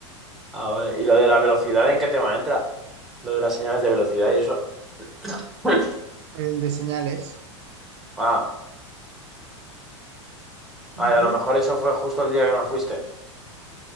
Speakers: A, in the centre; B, on the right.
A: Ah, vale. ¿Y lo de la velocidad en qué tema entra? Lo de las señales de velocidad y eso. <laughs>
B: El de señales.
A: Ah.
B: ujú,
A: Ay, a lo mejor eso fue justo el día que no fuiste.